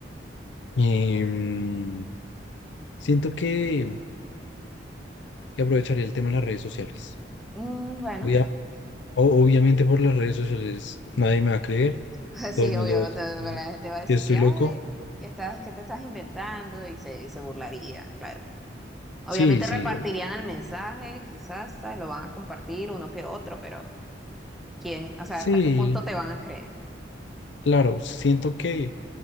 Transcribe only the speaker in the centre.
Mm, bueno,
<laughs> sí,
obvio,
te-
bueno, la gente va a decir,
ay, ¿qué estás, qué te estás inventando? Y se, y se burlaría, claro. Obviamente
repartirían el mensaje, quizás, ¿sabes? Lo van a compartir uno que otro, pero ¿quién? O sea,
¿hasta qué punto te van a creer?